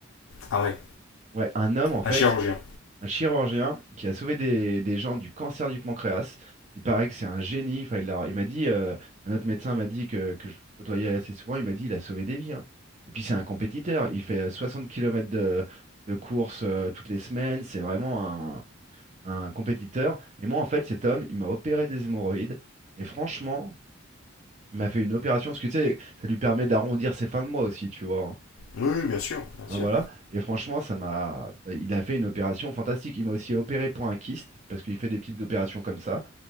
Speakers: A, on the left; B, on the right.
A: Ah ouais.
B: Ouais, un homme en fait,
A: Un chirurgien.
B: qui- un chirurgien qui a sauvé des, des gens du cancer du pancréas. Il paraît que c'est un génie. Enfin, il leur- il m'a dit, euh, un autre médecin m'a dit que, que je côtoyais assez souvent, il m'a dit il a sauvé des vies. hein. Et puis c'est un compétiteur. Il fait euh, 60 km de, de course euh, toutes les semaines. C'est vraiment un, un compétiteur. Et moi en fait, cet homme, il m'a opéré des hémorroïdes. Et franchement, il m'a fait une opération parce que tu sais, ça lui permet d'arrondir ses fins de mois aussi, tu vois. hein.
A: Oui, oui, bien sûr, bien
B: Hein,
A: sûr.
B: voilà. Et franchement, ça m'a. ça- Il a fait une opération fantastique. Il m'a aussi opéré pour un kyste, parce qu'il fait des petites opérations comme ça.